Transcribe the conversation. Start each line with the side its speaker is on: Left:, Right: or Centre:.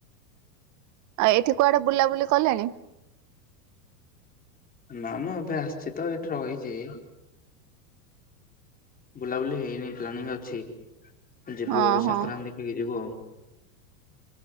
Right: ଆଉ ଏଇଠି କୁଆଡେ ବୁଲାବୁଲି କଲେଣି?
Left: ନା ମ ଏବେ ଆସିଛି ତ ଏଠି ରହିଚି। ବୁଲାବୁଲି ହେଇନି ପ୍ଲାନିଂ ଅଛି। ଯିବୁ
Right: ହଁ
Left: ଆଉ
Right: ହଁ
Left: ସଂକ୍ରାନ୍ତିିକି ଯିବୁ ଆଉ।